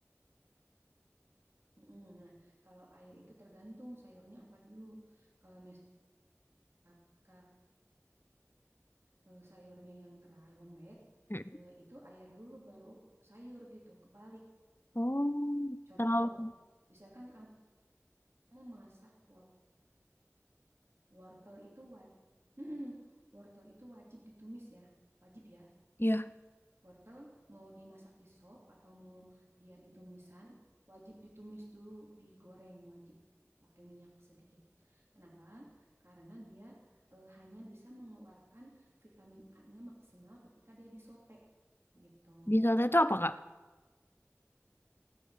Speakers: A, on the right; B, on the left.
A: Mm-mm. Nah, kalau air itu tergantung sayurnya apa dulu. Kalau misalkan eh, sayurnya yang keras, yang lembek,
B: Mm.
A: eh, itu air dulu baru sayur gitu, kebalik.
B: Oh,
A: Contoh,
B: Terlalu
A: misalkan kamu masak wortel. Wortel itu wajib, wortel itu wajib ditumis ya, wajib ya.
B: ya.
A: Wortel mau dimasak di sop atau mau dia ditumisan, wajib ditumis dulu, digoreng wajib pakai minyak sedikit. Kenapa? Karena dia eh, hanya bisa mengeluarkan vitamin A-nya maksimal ketika dia disote gitu.
B: di soto itu apa, Kak?